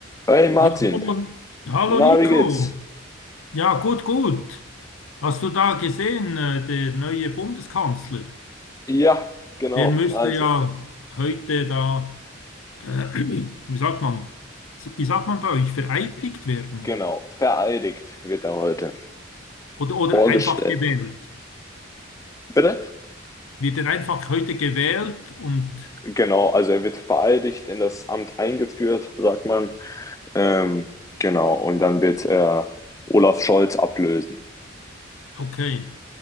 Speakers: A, on the left (about 15°); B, on the left (about 85°).
A: Hey Martin,
B: Ja, hallo, hallo
A: na,
B: Nico.
A: wie geht's?
B: Ja, gut, gut. Hast du da gesehen, äh, der neue Bundeskanzler?
A: Ja, genau,
B: Der müsste
A: also,
B: ja heute da, äh, <clears throat> wie sagt man, wie sagt man bei euch, vereidigt werden
A: genau, vereidigt wird er heute
B: oder, oder
A: vorgestellt.
B: einfach gewählt.
A: Bitte?
B: Wird er einfach heute gewählt und
A: Genau, also er wird vereidigt in das Amt eingeführt, sagt man. Ähm, genau, und dann wird er Olaf Scholz ablösen.
B: okay.